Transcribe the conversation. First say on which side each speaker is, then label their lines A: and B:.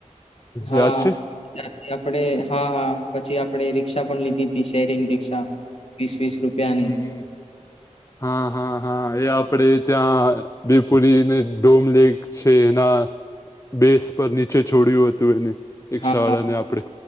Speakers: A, on the left (about 55°); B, on the left (about 25°).
A: હા.
B: યાદ છે
A: ત્યાંથી આપણે, હા, હા. પછી આપણે રિક્ષા પણ લીધી ધી શેરિંગ રિક્ષા, વીસ-વીસ રૂપિયાની.
B: હમ હમ હા, હા, હા. એ આપણે ત્યાં ભિવપુરીને, ડોમલેેક છે એના બેઝ પર નીચે છોડ્યું હતું એને, એક
A: હા
B: શાળાને આપણે.